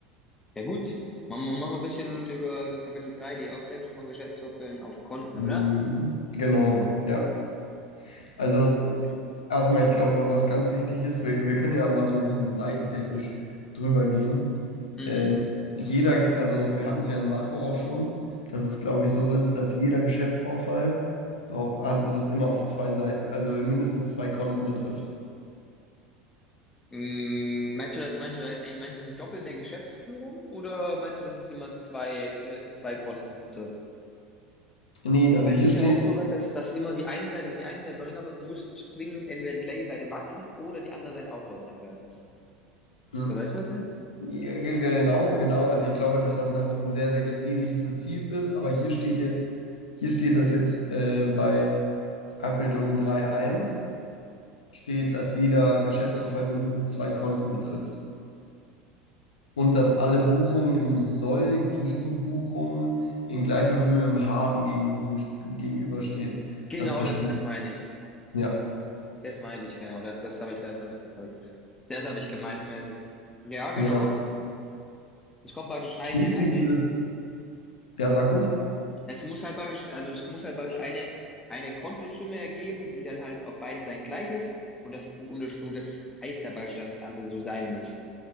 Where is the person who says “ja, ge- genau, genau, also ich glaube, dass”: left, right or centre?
Left